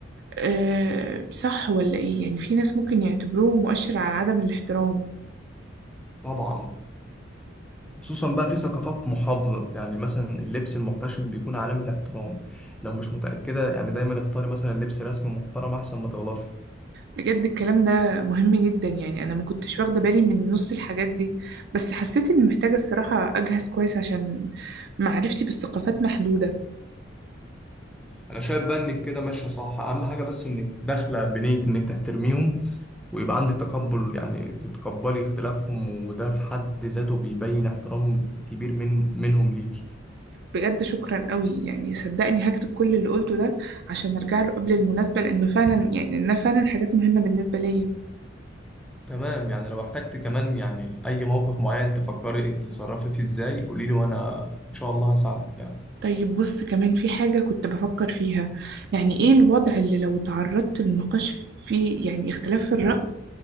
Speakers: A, on the right (about 55°); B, in the centre.
A: أه صح ولا ايه يعني في ناس ممكن يعتبروه مؤشر على عدم الاحترام
B: طبعا خصوصا بقى في ثقافات محافظة يعني مثلا اللبس المحتشم بيكون علامة احترام لو مش متأكدة يعني دايما اختاري مثلا لبس رسمي محترم احسن ما تغلطي
A: بجد الكلام ده مهم جدا يعني انا ما كنتش واخدة بالي من نص الحاجات دي بس حسيت اني محتاجة الصراحة اجهز كويس عشان معرفتي بالثقافات محدودة
B: انا شايف بقى انك كده ماشية صح اهم حاجة بس انك داخلة بنية انك تحترميهم ويبقى عندك تقبل يعني تتقبلي اختلافهم وده في حد ذاته بيبين احترام كبير من منهم ليكي
A: بجد شكرا قوي يعني صدقني هكتب كل اللي قلته ده عشان ارجع له قبل المناسبة لانه فعلا يعني لانها فعلا حاجات مهمة بالنسبة ليا
B: تمام يعني لو احتجت كمان يعني أي موقف معين تفكري تتصرفي فيه ازاي قوليلي وأنا إن شاء الله هساعدك يعني
A: طيب بص كمان في حاجة كنت بفكر فيها يعني ايه الوضع اللي لو تعرضت للنقاش فيه يعني اختلاف في الرأي